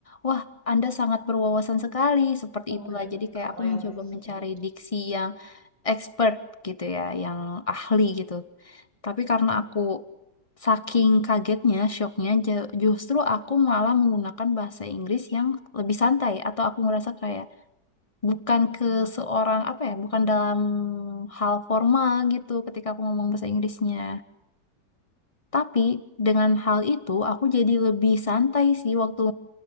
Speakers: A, on the left; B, on the right.
A: wah, Anda sangat berwawasan sekali, seperti
B: Allah
A: itulah.
B: yang
A: Jadi kayak
B: keren
A: aku mencoba
B: sih.
A: mencari diksi yang expert gitu ya, yang ahli gitu. Tapi karena aku saking kagetnya, shocknya, ja- justru aku malah menggunakan bahasa Inggris yang lebih santai atau aku ngerasa kayak bukan ke seorang apa ya, bukan dalam hal formal gitu ketika aku ngomong bahasa Inggrisnya. Tapi dengan hal itu aku jadi lebih santai sih waktu